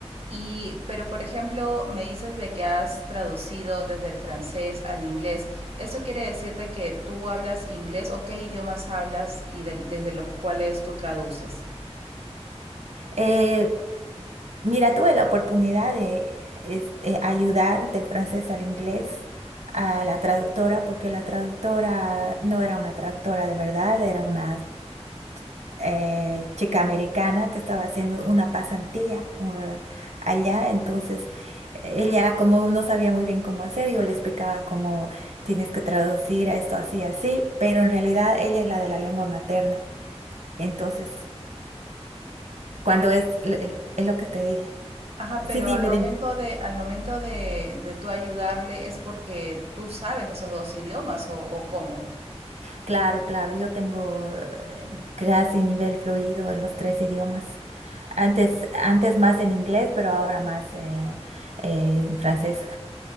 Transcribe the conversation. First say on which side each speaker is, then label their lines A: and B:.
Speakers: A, on the right; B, on the right.
A: Y, pero por ejemplo, me dices de que has traducido desde el francés al inglés. ¿Eso quiere decir de que tú hablas inglés o qué idiomas hablas y del- desde los cuales tú traduces?
B: Eh, mira, tuve la oportunidad de es- eh, ayudar del francés al inglés a la traductora, porque la traductora no era una traductora de verdad, era una eh, chica americana que estaba haciendo una pasantía uh, allá. Entonces, ella como no sabía muy bien cómo hacer, yo le explicaba cómo tienes que traducir a esto así, así, pero en realidad ella es la de la lengua materna. Entonces, Cuando
A: Pero,
B: es, es lo que te dije.
A: ajá,
B: Sí,
A: pero
B: dime,
A: al momento
B: dime.
A: de, al momento de, de tú ayudarle es porque tú sabes esos dos idiomas o, o cómo.
B: Claro, claro, yo tengo eh, casi nivel fluido en los tres idiomas. Antes, antes más en inglés, pero ahora más eh, eh, en francés.